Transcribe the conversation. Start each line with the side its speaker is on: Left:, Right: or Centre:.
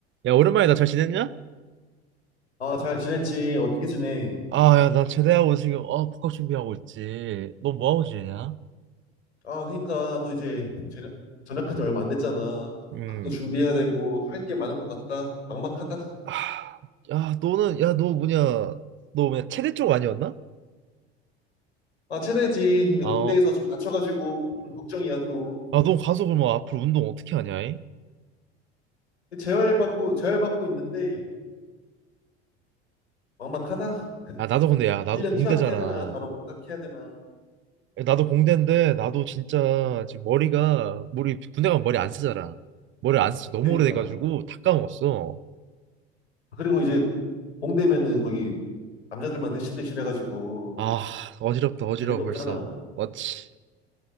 Right: 야, 오랜만이다. 잘 지냈냐?
Left: 아, 잘 지냈지? 어떻게 지내?
Right: 아, 야, 나 제대하고 지금 어, 복학 준비하고 있지. 너 뭐하고 지내냐?
Left: 아, 그러니까 너 이제 제- 전역한 지 얼마 안 됐잖아.
Right: 음.
Left: 학도 준비해야 되고 할 게 많은 것 같다. 막막하다.
Right: 아, 야, 너는 야, 너 뭐냐? 너 뭐냐? 체대 쪽 아니었나?
Left: 아, 최대지. 근데
Right: 아,
Left: 군대에서
Right: 어.
Left: 좀 다쳐가지고 좀 걱정이야 또.
Right: 아, 너 가서 그러면 앞으로 운동 어떻게 하냐? 이?
Left: 재활 받고 재활 받고 있는데 막막하다.
Right: 아, 나도 근데 야, 나도
Left: 1년
Right: 공대잖아.
Left: 휴학해야 되나 바로 복학해야 되나.
Right: 야, 나도 공대인데 나도 진짜 지금 머리가 머리 군대 가면 머리 안 쓰잖아. 머리 안 쓰지 너무
Left: 그러니까.
Right: 오래돼 가지고 다 까먹었어.
Left: 그리고 이제 공대면은 거기 남자들만 대실대실 해가지고
Right: 아, 어지럽다. 어지러워
Left: 재미도
Right: 벌써.
Left: 없잖아.
Right: 맞지.